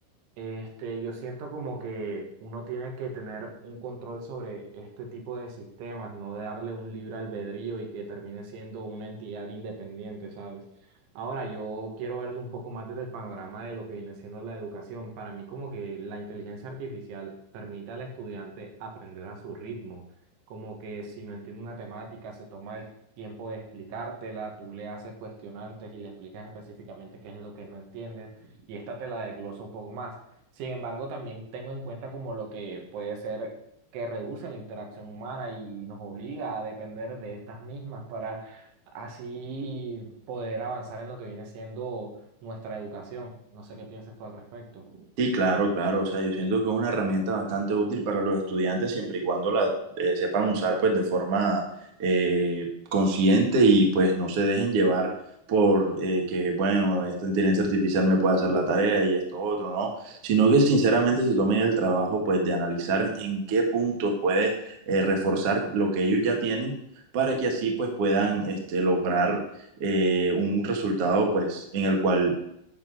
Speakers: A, on the right (about 75°); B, on the right (about 55°).
A: Este, yo siento como que uno tiene que tener un control sobre este tipo de sistemas, no darle un libre albedrío y que termine siendo una entidad independiente, ¿sabes? Ahora, yo quiero verlo un poco más desde el panorama de lo que viene siendo la educación. Para mí, como que la inteligencia artificial permite al estudiante aprender a su ritmo, como que si no entiende una temática, se toma el tiempo de explicártela, tú le haces cuestionantes y le explicas específicamente qué es lo que no entiendes y esta te la desglosa un poco más. Sin embargo, también tengo en cuenta como lo que puede ser que reduce la interacción humana y nos obliga a depender de estas mismas para así poder avanzar en lo que viene siendo nuestra educación. No sé qué piensas tú al respecto.
B: Sí, claro, claro. O sea, yo siento que es una herramienta bastante útil para los estudiantes siempre y cuando la eh, sepan usar pues de forma eh, consciente y pues no se dejen llevar por eh, que, bueno, esta inteligencia artificial me puede hacer la tarea y esto otro, ¿no? Sino que sinceramente se tomen el trabajo pues de analizar en qué puntos puede eh, reforzar lo que ellos ya tienen para que así pues puedan este, lograr eh, un resultado pues en el cual